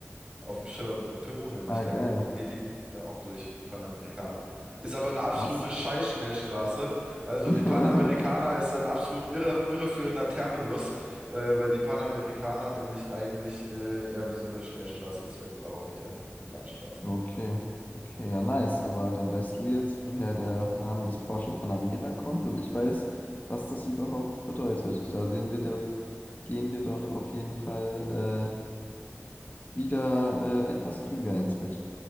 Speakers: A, on the right; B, on the left.
A: auf dem Schirm. In Peru nämlich,
B: Ah,
A: da
B: geil.
A: geht geht die äh, auch durch, die Panamericana. Ist aber eine absolute
B: Krass.
A: Scheißschnellstraße. Also
B: <laughs>
A: die Panamericana ist ein absolut irre, irreführender Terminus, äh, weil die Panamericana nämlich eigentlich äh, eher wie so eine Schnellstraße ist, wenn überhaupt eher eine Landstraße.
B: Okay, okay, ja, nice. Aber dann weißt du jetzt, woher der Name des Porsche Panamera kommt und ich weiß, was das überhaupt bedeutet. Da sehen wir doch, gehen wir doch auf jeden Fall äh, wieder äh, etwas klüger ins Bett.